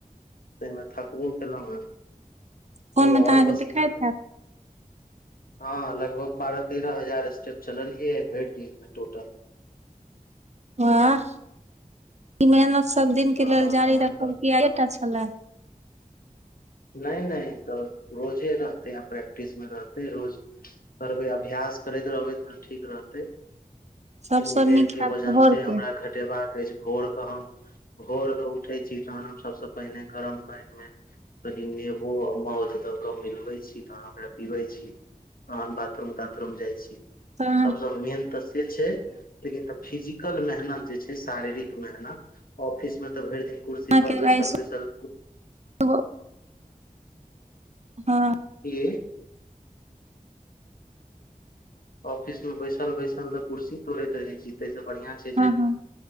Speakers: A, on the left (about 80°); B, on the right (about 50°).
A: ताहिमे थक्बो कयलहुँ हेँ त
B: फोन मे
A: आओर
B: तऽ अहाँके
A: पसीना
B: देखाइत
A: पड़
B: हैत
A: हँ लगभग बारह तेरह हजार स्टेप चलियै भरि दिन छगेमे टोटल
B: वाह ई मेहनत सब दिन के
A: हँ
B: लेल जारी
A: तहन
B: रखब
A: तऽ
B: किया आयएटा छले
A: नहि नहि तऽ रोजे रहतै आ प्रैक्टिसमे रहतै रोज करबै अभ्यास करैत रहबै तहन ठीक रहतै
B: सबसँ
A: कनि देह
B: नीक
A: के
B: हैत
A: वजन
B: भोर
A: से हमरा
B: के
A: घट गबक अछि भोर के हम भोर के उठे छी तहन हम सबस पहिने गरम पानि मे कनि नेबो आ मौध दऽ कऽ मिलबै छी तहन ओकरा पीबैत छी तहन बाथरूम ताथरूम जाइ छी
B: तऽ अहाँके
A: सभसँ मेन तऽ से छै लेकिन त फिजिकल मेहनत जे छै शारीरिक मेहनत ऑफिस में तऽ भरि दिन कुर्सिपर
B: अहाँके
A: बैसल
B: आइ
A: बैसल
B: सुबह हँ
A: <inaudible> ऑफिसेमे बैसल बैसल तऽ कुर्सी तोड़ैत रहै छी ताहिसँ बढ़िआँ छै
B: हँ
A: जे
B: हँ